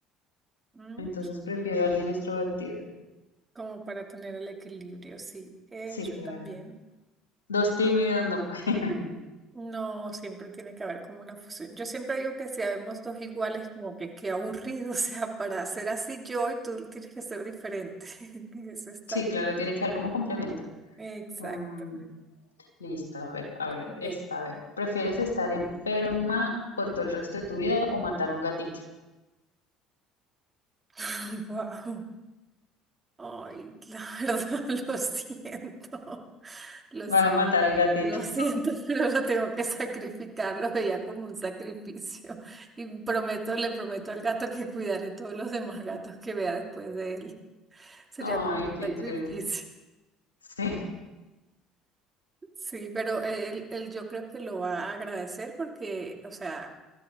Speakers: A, on the right; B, on the left.
A: Mm,
B: entonces prefiero a alguien extrovertido.
A: Como para tener el equilibrio, sí. Eh,
B: Sí,
A: yo
B: claro.
A: también.
B: Dos tímidos no pueden. <laughs>
A: No, siempre tiene que haber como una fusión. Yo siempre digo que si habemos dos iguales, como que qué aburrido, <laughs> o sea, para ser así yo y tú tienes que ser diferente. <laughs> Eso está.
B: Sí, claro, tiene que haber como complemento.
A: Exacto.
B: Mm, listo, a ver, a ver,
A: Ve.
B: esta, a ver. ¿Prefieres estar enferma por todo el resto de tu vida o matar a un gatito?
A: <laughs> Wow. Ay, la verdad, <laughs> lo siento. Lo siento,
B: Va a matar al gatito.
A: lo siento, <laughs> pero lo tengo que sacrificar. Lo veía como un sacrificio. Y prometo, le prometo al gato que cuidaré todos los demás gatos que vea después de él.
B: <laughs>
A: Sería
B: Ay,
A: como un
B: qué
A: sacrificio.
B: triste.
A: <laughs>
B: Sí,
A: Sí, pero él, él yo creo que lo va a agradecer porque, o sea,